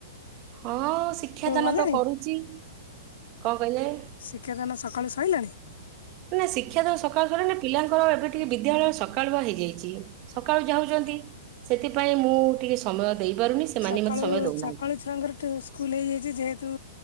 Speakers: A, on the right; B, on the left.
A: ହଁ ଶିକ୍ଷାଦାନ
B: ଗଲେଣି?
A: ତ କରୁଚି କଣ କହିଲେ।
B: ଶିକ୍ଷାଦାନ ସକାଳୁ ସଇଲାଣି।
A: ନା ଶିକ୍ଷା ଦାନ ସକାଳୁ ସରିନି ପିଲାଙ୍କର ଏବେ ଟିକେ ବିଦ୍ୟାଳୟ ସକାଳୁଆ ହେଇଯାଇଚି। ସକାଳୁ ଯାଉଚନ୍ତି ସେଥିପାଇଁ ମୁଁ ଟିକେ ସ ସମୟ ଦେଇପାରୁନି। ସେମାନେ
B: ସକାଳୁ
A: ମତେ ସମୟ ଦଉନାହାନ୍ତି।
B: ସକାଳୁ ଛୁଆଙ୍କର ଟିଉ ସ୍କୁଲ ହେଇଯାଇଚି ଯେହେତୁ